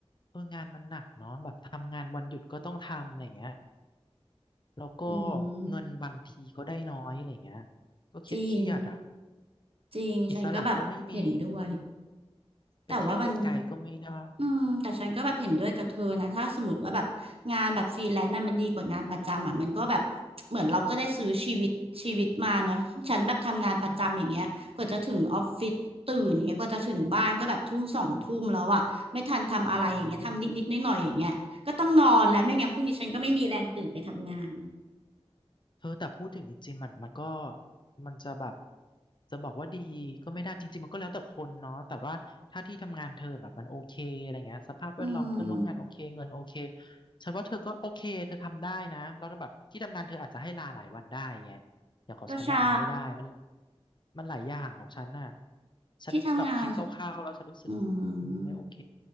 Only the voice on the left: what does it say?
เอองานมันหนักเนาะแบบทำงานวันหยุดก็ต้องทำอะไรเงี้ยแล้วก็
เงินบางทีก็ได้น้อยอะไรเงี้ยก็เครียดๆอ่ะ
อิสระก็ไม่มี ไปเที่ยวไกลๆก็ไม่ได้
ใช่อืมเธอแต่พูดถึงจริงๆมันมันก็มันจะแบบจะบอกว่าดีก็ไม่ได้จริงๆมันก็แล้วแต่คนเนาะแต่ว่าถ้าที่ทำงานเธอแบบมันโอเคอะไรเงี้ยสภาพแวดล้อมเพื่อนร่วมงานโอเคเงินโอเค
ฉันว่าเธอก็โอเคเธอทำได้นะแล้วแบบที่ทำงานเธออาจจะให้ลาหลายวันได้ไงอย่างของฉันน่ะมันไม่ได้มัน
มันหลายอย่างของฉันน่ะฉันแบบคิดคร่าวๆแล้วฉันรู้สึกอืมไม่โอเค